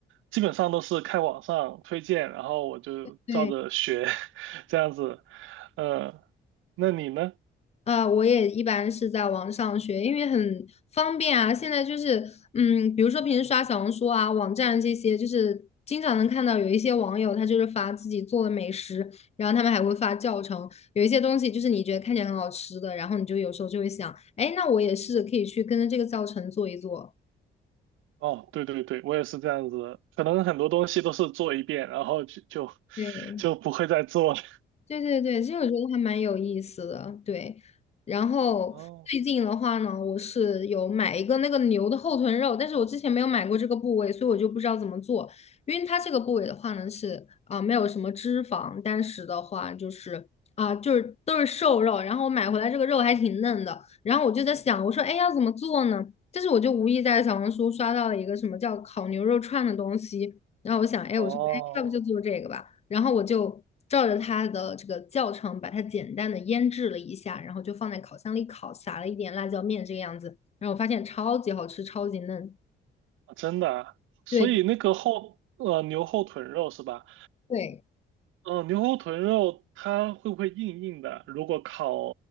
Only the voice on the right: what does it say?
基本上都是看网上推荐，然后我就照着学，
<laughs> 这样子。呃，那你呢？
哦，对对对，我也是这样子的可能很多东西都是做一遍，然后就就
就不会再做了。
<laughs> 哦
哦，
真的啊，所以那个后呃牛后臀肉是吧？
嗯、牛后臀肉它会不会硬硬的？如果烤